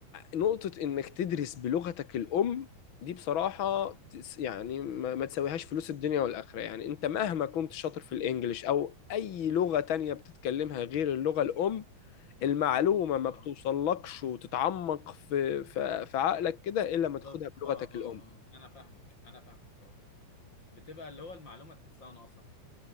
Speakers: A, on the left; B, on the left.
A: نقطة إنك تدرس بلغتك الأم دي بصراحة تس- يعني ما ما تساويهاش فلوس الدنيا والآخرة يعني أنت مهما كنت شاطر في الإنجليش أو أي لغة تانية بتتكلمها غير اللغة الأم المعلومة ما
B: اه
A: بتوصلكش وتتعمق في في في عقلك كده إلا ما
B: بالظبط
A: تاخدها بلغتك
B: اه اه
A: الأم
B: اه انا فاهمك انا فاهمك اه بتبقى اللي هو المعلومه تحسها ناقصه